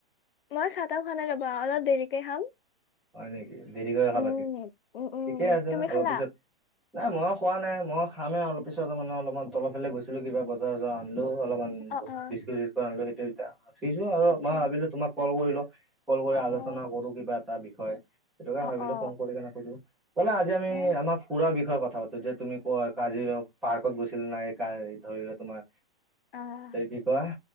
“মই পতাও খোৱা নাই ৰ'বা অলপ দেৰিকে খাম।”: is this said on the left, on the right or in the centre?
Left